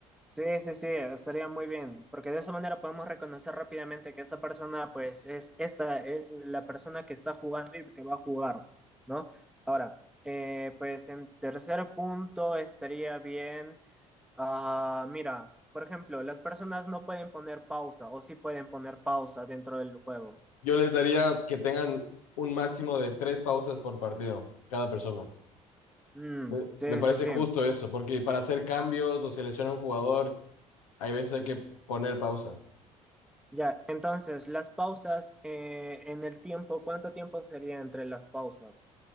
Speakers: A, in the centre; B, on the left.
A: Sí, sí, sí, estaría muy bien, porque de esa manera podemos reconocer rápidamente que esa persona, pues, es esta, es la persona que está jugando y que va a jugar, ¿no? Ahora, eh, pues en tercer punto estaría bien, ah, mira, por ejemplo, las personas no pueden poner pausa o sí pueden poner pausa dentro del juego.
B: Yo les daría que tengan un máximo de tres pausas por partido, cada persona.
A: Mm,
B: Me,
A: sí,
B: me parece
A: sí, sí.
B: justo eso, porque para hacer cambios o seleccionar un jugador, hay veces hay
A: Mm,
B: que poner pausa.
A: Ya, entonces, las pausas eh, en el tiempo, ¿cuánto tiempo sería entre las pausas?